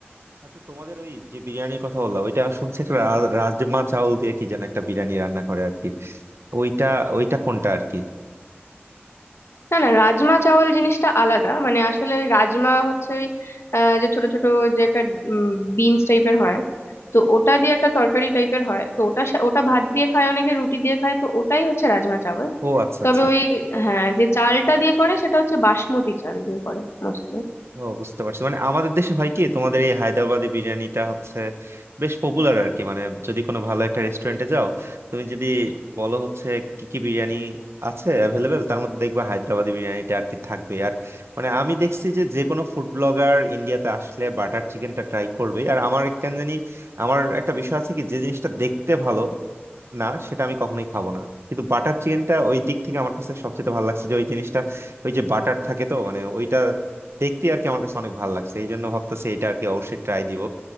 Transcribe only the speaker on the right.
আচ্ছা তোমাদের ওই যে বিরিয়ানির কথা বললাম ওইটা শুনছি একটা রা- রাজমা চাউল দিয়ে কি যেন একটা বিরিয়ানি রান্না করে আর কি ওইটা ওইটা কোনটা আর কি
ও আচ্ছা
আচ্ছা
ও বুঝতে পারছি মানে আমাদের দেশে হয় কি তোমাদের এই হায়দ্রাবাদি বিরিয়ানিটা হচ্ছে বেশ পপুলার আর কি মানে যদি কোনো ভালো একটা রেস্টুরেন্টে যাও তুমি যদি বলো হচ্ছে কি কি বিরিয়ানি আছে অ্যাভেলেবেল তার মধ্যে দেখবা হায়দ্রাবাদি বিরিয়ানিটা আর কি থাকবে আর মানে আমি দেখছি যে যে কোনো ফুড ব্লগার ইন্ডিয়াতে আসলে বাটার চিকেনটা ট্রাই করবে আর আমার কেন জানি আমার একটা বিষয় আছে কি যে জিনিসটা দেখতে ভালো না সেটা আমি কখনোই খাবো না কিন্তু বাটার চিকেনটা ওই দিক থেকে আমার কাছে সবচেয়ে ভালো লাগছে যে ওই জিনিসটা ওই যে বাটার থাকে তো মানে ওইটা দেখতে আর কি আমার কাছে অনেক ভালো লাগছে এই জন্য ভাবতেছি এটা আর কি অবশ্যই ট্রাই দিব